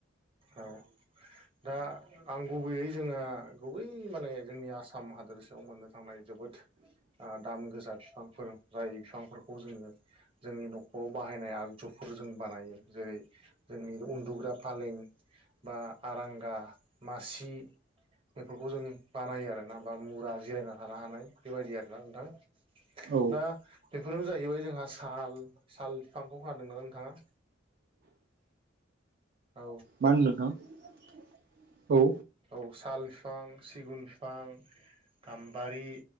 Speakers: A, on the right; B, on the right.
A: औ दा आं गुबैयै जोङो गुबै माने जोंनि आसाम हादोरसायाव मोननो थांनाय जोबोद ओ दाम गोसा बिफांफोर जाय बिफांफोरखौ जोङो जोंनि न'खराव बाहायनाय आगजुफोर जों बानायो जेरै जोंनि उन्दुग्रा फालें बा आरांगा मासि बेफोरखौ जों बानायो आरोना बा मुरा जिरायना थानो हानाय बेबायदि आरोना नोंथां।
B: औ
A: दा बेफोरनो जाहैबाय जोंहा साल साल बिफांखौ खोनादोंना नोंथाङा? औ
B: मा होनदों नोंथां? औ।
A: औ साल बिफां सिगुन बिफां गाम्बारि